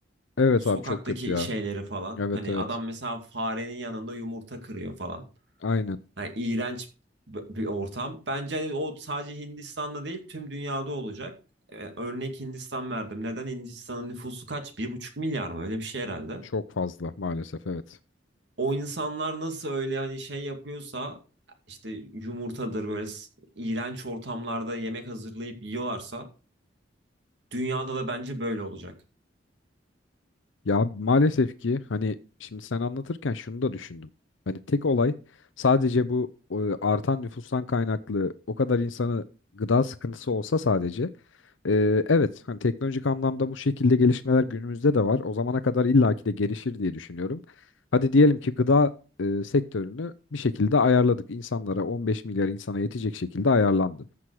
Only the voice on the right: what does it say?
Sokaktaki
şeyleri falan.
Hani
adam mesela farenin yanında yumurta kırıyor falan.
Yani iğrenç b- bir ortam. Bence hani o sadece Hindistan'da değil tüm dünyada olacak. Ee, Örnek Hindistan verdim. Neden Hindistan'ın nüfusu kaç? Bir buçuk milyar mı? Öyle bir şey herhalde.
o insanlar nasıl öyle hani şey yapıyorsa işte yumurtadır böyle s- iğrenç ortamlarda yemek hazırlayıp yiyorlarsa dünyada da bence böyle olacak.